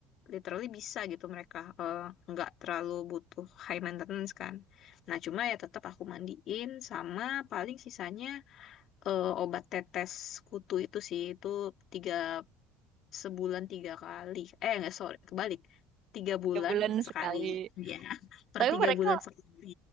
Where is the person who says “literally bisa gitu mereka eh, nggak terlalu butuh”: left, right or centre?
Left